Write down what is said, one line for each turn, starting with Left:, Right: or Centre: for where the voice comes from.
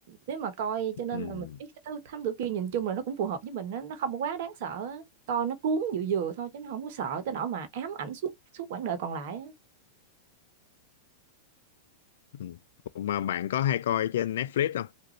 Right: nếu mà coi cho nên
Left: Ừ.
Right: là mình biết cái thứ thám tử kia nhìn chung là nó cũng phù hợp với mình nó nó không có quá đáng sợ á. coi nó cuốn vừa vừa thôi chứ nó không có sợ tới nỗi mà ám ảnh suốt suốt quãng đời còn lại á.
Left: Ừ. Ủa mà bạn có hay coi trên Netflix không